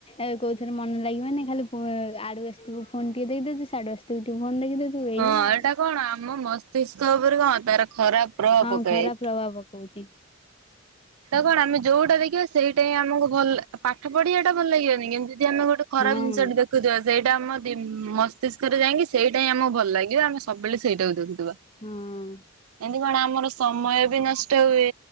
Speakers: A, on the left; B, on the right.
A: ଆଉ କଉଥରେ ମନ ଲାଗିବନି ଖାଲି ଆଡୁ ଆସିଥିବୁ ଫୋନ ଟିକେ ଦେଖିଦଉଛି ସାଡୁ ଆସି ତୁ <unintelligible> ଫୋନ ଦେଖି ଦଉଥିବୁ
B: ହଁ
A: ଏଇଆ ଆଉ।
B: ଏଇଟା କଣ ଆମ ମସ୍ତିଷ୍କ ଉପରେ କଣ ତାର ଖରାପ ପ୍ରଭାବ
A: ହଁ
B: ପକାଏ।
A: ଖରାପ ପ୍ରଭାବ ପକଉଛି
B: ତ କଣ ଆମେ ଯଉଟା ଦେଖିବା ସେଇଟା ହିଁ ଆମକୁ ଭଲ ପାଠ ପଢିବା ଟା ଭଲ ଲାଗିବନି କେମତି ଯଦି ଆମେ ଗୋଟେ ଖରାପ
A: ହଁ
B: ଜିନିଷଟି ଦେଖୁଥବା ସେଇଟା ଆମ ମସ୍ତିଷ୍କରେ ଯାଇକି ସେଇଟା ହି ଆମକୁ ଭଲ ଲାଗିବ ଆମେ ସବୁବେଳେ ସେଇଟାକୁ ଦେଖୁଥିବା।
A: ହଁ
B: ଏମତି କଣ ଆମର ସମୟ ବି ନଷ୍ଟ ହୁଏ।